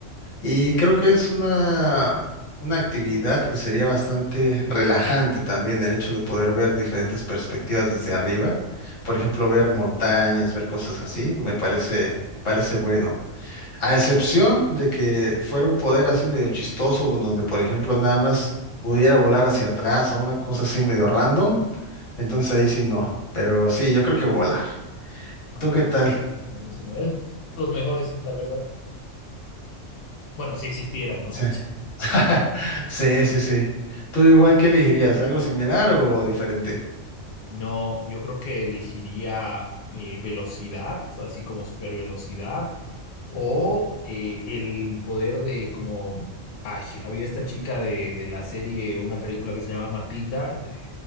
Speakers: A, on the left (about 75°); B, on the left (about 55°).
A: Y creo que es una, una actividad que sería bastante relajante también el hecho de poder ver diferentes perspectivas desde arriba. Por ejemplo, ver montañas, ver cosas así, me parece, parece bueno. A excepción de que fuera un poder así medio chistoso, donde por ejemplo nada más pudiera volar hacia atrás o una cosa así medio random, entonces ahí sí no. Pero sí, yo creo que volar.
B: Ah,
A: ¿Tú qué
B: bueno,
A: tal?
B: buenísimo. Es los mejores, la verdad. Bueno, si existieran, ¿no?
A: Sí. <laughs> Sí, sí, sí. ¿Tú igual qué elegirías? ¿Algo similar o diferente?
B: No, yo creo que elegiría eh, velocidad, así como supervelocidad. O eh, el poder de como ay, sí, había esta chica de, de la serie o una película que se llamaba Matilda, de-